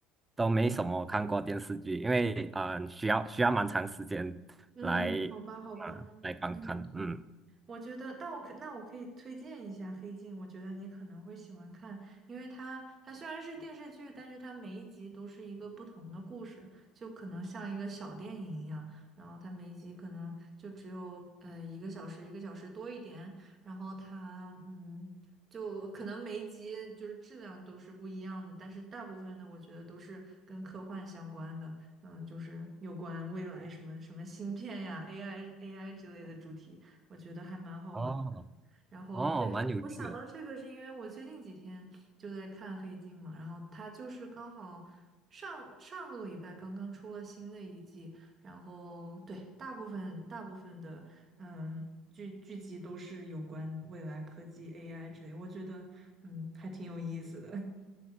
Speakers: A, on the right; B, on the right.
A: 都没什么看过电视剧，因为啊、需要需要蛮长时间来
B: 嗯，好吧，好吧，
A: 啊、来观看，
B: 嗯，
A: 嗯
B: 我觉得，但我可那我可以推荐一下《黑镜》，我觉得你可能会喜欢看，因为它它虽然是电视剧，但是它每一集都是一个不同的故事，就可能像一个小电影一样。然后它每一集可能就只有呃一个小时，一个小时多一点。然后它嗯，就可能每一集就是质量都是不一样的，但是大部分的我觉得都是跟科幻相关的，嗯，就是有关未来什么什么芯片呀、AI AI 之类的主题。我觉得还蛮好玩。
A: 哦
B: 然后，
A: 哦，
B: 对，
A: 蛮有趣的。
B: 我想到这个是因为我最近几天就在看《黑镜》嘛，然后它就是刚好上上个礼拜刚刚出了新的一季，然后对，大部分大部分的嗯剧剧集都是有关未来科技 AI 之类，我觉得嗯还挺有意思的。